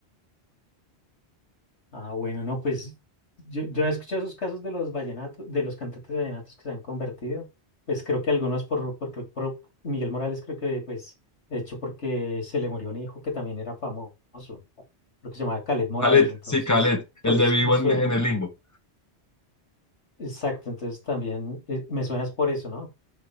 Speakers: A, on the left; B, on the left.
A: Ah, bueno, no, pues yo, yo he escuchado esos casos de los vallenatos, de los cantantes vallenatos que se han convertido. Pues creo que algunos por, porque por Miguel Morales creo que pues, de hecho, porque se le murió un hijo que también era famoso, creo que se llamaba Caled Morales,
B: Khaled,
A: entonces
B: sí, Khaled,
A: por
B: el
A: eso
B: de
A: es
B: Vivo
A: que me suenan,
B: en, en el Limbo.
A: exacto, entonces también eh, me suenas por eso, ¿no?